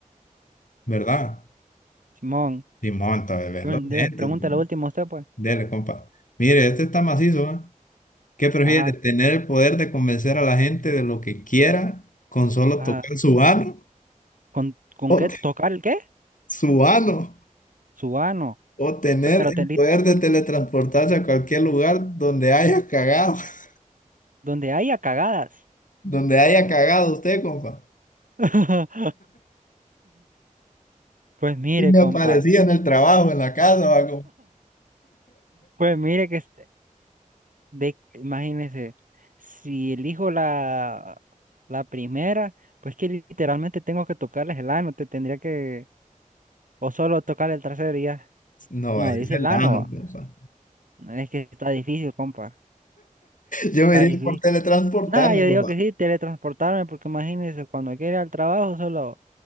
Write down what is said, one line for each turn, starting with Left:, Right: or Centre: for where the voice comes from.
Left: ¿verdad?
Right: Simón,
Left: Y monta, bebé,
Right: pre-
Left: los
Right: de-
Left: lentes.
Right: pregunta
Left: bro.
Right: la última usted, pues.
Left: Dele, compa. Mire, este está macizo, ¿eh? ¿Qué prefiere?
Right: Ajá,
Left: ¿Tener el poder de convencer a la gente de lo que quiera con solo
Right: ajá.
Left: tocar su ano?
Right: ¿Con, con
Left: ¿O
Right: qué
Left: te-
Right: tocar el qué?
Left: su ano?
Right: Su ano.
Left: ¿O tener
Right: Pero
Left: el
Right: te li-
Left: poder de teletransportarse a cualquier lugar donde haya cagado? <laughs>
Right: donde haya cagadas.
Left: Donde haya cagado usted, compa.
Right: <laughs> Pues mire,
Left: Y me
Right: compa.
Left: aparecía en el trabajo, en la casa, va, compa.
Right: Pues mire que este- de, imagínese, si elijo la, la primera, pues que literalmente tengo que tocarles el ano, te tendría que, o solo tocar el trasero y ya.
Left: No,
Right: No,
Left: ahí
Right: dice
Left: es el
Right: la
Left: ano,
Right: Lanova.
Left: compa.
Right: Es que está difícil, compa.
Left: Yo
Right: Está
Left: me iría
Right: difícil.
Left: por teletransportarme,
Right: Nada, yo digo
Left: compa.
Right: que sí, teletransportarme, porque imagínense, cuando quiera al trabajo, solo,